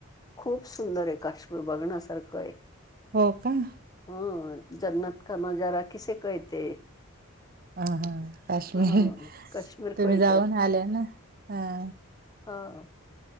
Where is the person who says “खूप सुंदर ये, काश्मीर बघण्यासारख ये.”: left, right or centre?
Left